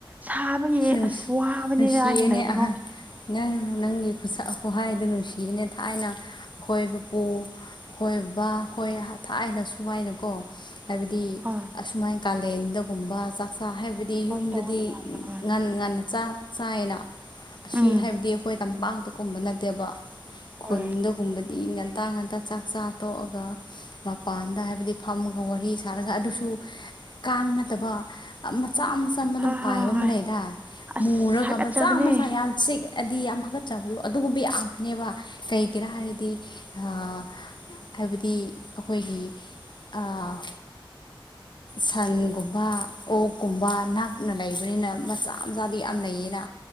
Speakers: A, on the right; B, on the left.
A: ꯁꯥꯕꯒꯤ
B: ꯅꯨꯡꯁꯤ
A: ꯑꯁ ꯋꯥꯕꯅꯤꯗ
B: ꯅꯨꯡꯁꯤꯌꯦꯅꯦ
A: ꯑꯩꯅ ꯂꯩꯕ
B: ꯑꯍꯟ
A: ꯔꯣꯝꯁꯤꯗꯤ꯫
B: ꯅꯪ ꯅꯪꯒꯤ ꯈꯨꯠꯁ ꯈꯨꯍꯥꯏꯗꯨ ꯅꯨꯡꯁꯤꯌ‌ꯦꯅꯦ ꯊꯥꯏꯅ ꯀ‌ꯣꯏꯕ ꯄꯨ ꯍꯣꯏꯕ ꯍꯣꯏ ꯊꯥꯏꯅ ꯁꯨꯃꯥꯏꯅꯀꯣ ꯍꯥꯏꯕꯗꯤ꯫
A: ꯍꯣꯏ
B: ꯑꯁꯨꯃꯥꯏ ꯀꯥꯂꯦꯟꯗꯒꯨꯝꯕ ꯆꯥꯛꯆꯥ ꯍꯥꯏꯕꯗꯤ
A: ꯍꯣꯏ
B: ꯌꯨꯝꯗꯗꯤ꯫
A: ꯇꯧꯋꯦ ꯌꯥꯝꯅ ꯍꯣꯏ
B: ꯉꯟ ꯉꯟꯅꯥ ꯆꯥ ꯆꯥꯌꯦꯅ ꯑꯁꯤ
A: ꯎꯝ
B: ꯍꯥꯏꯕꯗꯤ ꯑꯩꯈꯣꯏ ꯇꯝꯄꯥꯛꯇ ꯀꯨꯝꯕ ꯅꯠꯇꯦꯕ꯫ ꯈꯨꯟꯗꯒꯨꯝꯕꯗꯤ
A: ꯍꯣꯏ
B: ꯉꯟꯇꯥ ꯉꯟꯇ꯫ ꯆꯥꯛ ꯆꯥ ꯇꯣꯛꯑꯒ ꯃꯄꯥꯟꯗ ꯍꯥꯏꯕꯗꯤ ꯐꯝꯃꯒ ꯋꯥꯔꯤ꯫ ꯁꯥꯔꯒ ꯑꯗꯨꯁꯨ ꯀꯥꯡ ꯅꯠꯇꯕ ꯃꯆꯥ ꯃꯆꯥ ꯑꯃ ꯑꯗꯨꯝ
A: ꯍꯣꯏ
B: ꯄꯥꯏꯕ
A: ꯍꯣꯏ
B: ꯑꯃ
A: ꯍꯣꯏ
B: ꯂꯩꯌꯦ꯫ ꯑ
A: ꯑꯁ
B: ꯃꯨꯔꯒ
A: ꯍꯥꯒꯠꯆꯕꯅꯦ
B: ꯃꯆꯥ ꯃꯆꯥ ꯌꯥꯏ ꯌꯥꯝꯆꯤꯛ ꯍꯥꯏꯗꯤ ꯌꯥꯝ ꯍꯥꯒꯠꯆꯕꯗꯣ ꯑꯗꯨꯒꯨꯝꯕ ꯉꯥꯛꯇꯥꯅꯦꯕ ꯀꯩꯒꯤꯔ ꯍꯥꯏꯔꯗꯤ꯫ ꯑꯥ ꯍꯥꯏꯕꯗꯤ ꯑꯩꯈꯣꯏꯒꯤ ꯑꯥ꯫ ꯁꯟꯒꯨꯝꯕ ꯑꯣꯛ꯫ ꯀꯨꯝꯕ ꯅꯥꯛꯅ ꯂꯩꯕꯅꯤꯅ ꯃꯆꯥ ꯃꯆꯥꯗꯤ ꯌꯥꯝ ꯂꯩꯌꯦꯅ꯫